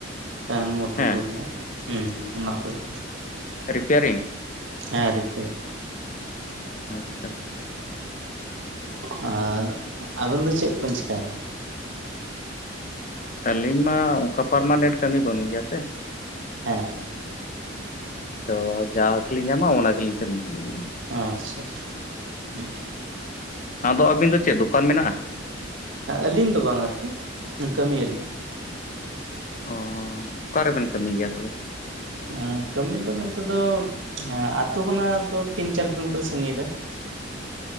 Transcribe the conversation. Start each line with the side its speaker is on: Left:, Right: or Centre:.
Right: ᱯᱷᱮᱱ ᱢᱚᱴᱚᱨ
Left: ᱦᱮᱸ
Right: ᱠᱚ ᱨᱮᱭᱟᱜ ᱦᱩᱸ ᱦᱩᱸ ᱚᱱᱟ ᱠᱚᱨᱮ᱾
Left: ᱨᱤᱯᱤᱭᱟᱨᱤᱝ?
Right: ᱦᱮᱸ ᱨᱤᱯᱮᱭᱟᱨᱤᱝ᱾
Left: ᱟᱪᱪᱷᱟ᱾
Right: ᱟᱪᱪᱷᱟ ᱟᱨ ᱟᱵᱮᱱ ᱫᱚ ᱪᱮᱫ ᱵᱮᱱ ᱪᱤᱠᱟ ᱵᱟᱲᱟᱭᱟ?
Left: ᱟᱹᱞᱤᱧ ᱢᱟ ᱚᱱᱠᱟ ᱯᱟᱨᱢᱟᱱᱮᱱᱴ ᱠᱟᱹᱢᱤ ᱵᱟᱹᱱᱩᱜ ᱜᱮᱭᱟ ᱥᱮ᱾
Right: ᱦᱮᱸ᱾ ᱦᱮᱸ
Left: ᱛᱚ ᱡᱟᱣ ᱜᱮᱞᱤᱧ ᱧᱟᱢᱟ ᱚᱱᱟ ᱜᱮᱞᱤᱧ ᱠᱟᱹᱢᱤᱭ ᱜᱮᱭᱟ᱾
Right: ᱟᱪᱪᱷᱟ ᱟᱪᱪᱷᱟ ᱩᱸ᱾
Left: ᱟᱫᱚ ᱟᱹᱵᱤᱱ ᱫᱚ ᱪᱮᱫ ᱫᱚᱠᱟᱱ ᱢᱮᱱᱟᱜᱼᱟ?
Right: ᱟᱹᱞᱤᱧ ᱫᱚ ᱵᱟᱝ ᱟᱨᱠᱤ ᱠᱟᱹᱢᱤᱭᱟᱹᱞᱤᱧ᱾
Left: ᱚᱻ ᱚᱠᱟ ᱨᱮᱵᱮᱱ ᱠᱟᱹᱢᱤ ᱜᱮᱭᱟ ᱛᱚᱵᱮ?
Right: ᱮᱻ ᱠᱟᱹᱢᱤ ᱫᱚ ᱢᱮᱱᱛᱮᱫᱚ ᱮᱸ ᱟᱹᱛᱩ ᱠᱷᱚᱱᱟᱜ ᱫᱚ ᱛᱤᱱ ᱪᱟᱨ ᱠᱤᱞᱳᱢᱤᱴᱟᱨ ᱥᱟᱺᱜᱤᱧ ᱨᱮ᱾